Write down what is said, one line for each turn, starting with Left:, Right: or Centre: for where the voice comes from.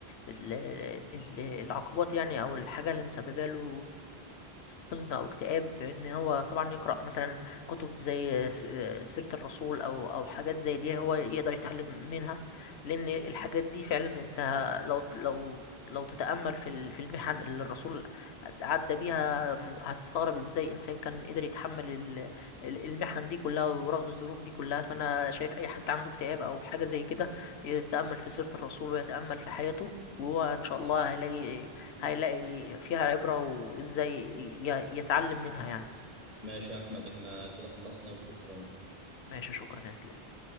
Left: ال- ال- العقبات يعني او الحاجة اللي مسببه له حزن او اكتئاب ان هو طبعا يقرا مثلا كتب زي س- سيره الرسول او او حاجات زي دي هو يقدر يتعلم منها لان الحاجات دي فعلا انت لو لو لو تتامل في ال- في المحن اللي الرسول عدى بيها هتستغرب ازاي انسان كان قدر يتحمل ال- ال- المحن دي كلها ورغم الظروف دي كلها فانا شايف اي حد عنده اكتئاب او حاجه زي كده يتامل في سيره الرسول ويتامل في حياته وهو ان شاء الله هيلاقي هيلاقي فيها عبرة وازاي ي- يتعلم منها يعني
Right: ماشي يا أحمد إحنا كده خلصنا وشكرا
Left: ماشي شكرا يا اسلام